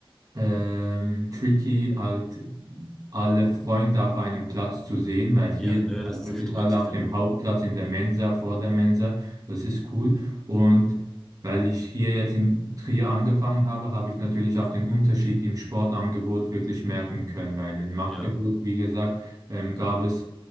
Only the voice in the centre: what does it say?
Ja, ne,
das
zerstreut
sich
dann
immer
so.
Ja,